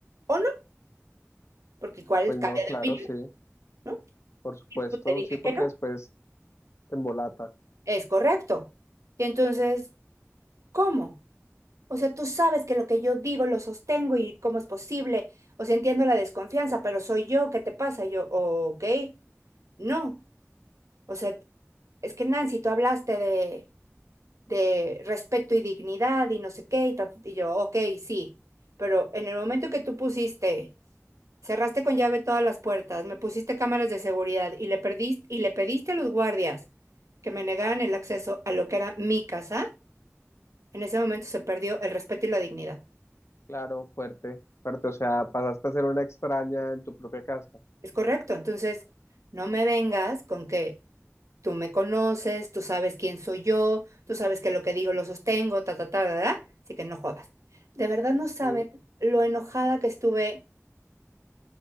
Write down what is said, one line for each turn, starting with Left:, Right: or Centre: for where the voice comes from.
Right: O no, porque igual
Left: Pues
Right: cambia
Left: no, claro,
Right: de opinión,
Left: sí,
Right: ¿no?
Left: por supuesto,
Right: Y pues te dije
Left: sí, porque
Right: que no,
Left: después te embolata.
Right: es correcto. Y entonces, ¿cómo? O sea, tú sabes que lo que yo digo lo sostengo y cómo es posible. O sea, entiendo la desconfianza, pero soy yo, ¿qué te pasa? Y yo, ok, no. O sea, es que Nancy, tú hablaste de, de respeto y dignidad y no sé qué, y, ta- y yo, ok, sí. Pero en el momento que tú pusiste Cerraste con llave todas las puertas, me pusiste cámaras de seguridad y le perdiste, y le pediste a los guardias que me negaran el acceso a lo que era mi casa. En ese momento se perdió el respeto y la dignidad.
Left: Claro, fuerte, fuerte. O sea, pasaste a ser una extraña en tu propia casa.
Right: Es correcto. Entonces, no me vengas con que tú me conoces, tú sabes quién soy yo, tú sabes que lo que digo lo sostengo, ta, ta, ta, ta, ta. Así que no jodas. De verdad no sabes
Left: Sí,
Right: lo enojada que estuve